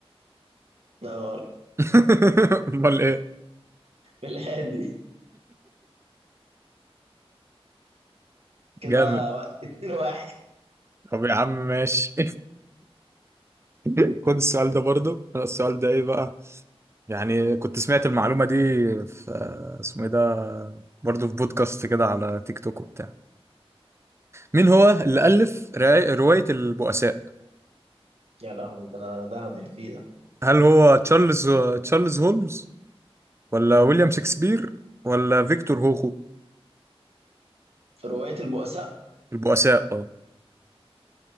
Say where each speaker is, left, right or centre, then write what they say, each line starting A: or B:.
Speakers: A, on the right; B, on the right.
A: لا غلط
B: <laughs> امال ايه
A: في الهادي كده
B: جامد
A: وا- اتنين واحد
B: طب يا عم ماشي <laughs> خد السؤال ده برضه أنا السؤال ده ايه بقى يعني كنت سمعت المعلومة دي في اسمه ايه ده برضه في بودكاست كده على تيك توك وبتاع مين هو اللي ألف رواية رواية البؤساء
A: يا لهوي ده انا ده هضيع فيه ده
B: هل هو تشارلز تشارلز هولمز ولا ويليام شكسبير ولا فيكتور هوخو
A: رواية البؤساء
B: البؤساء اه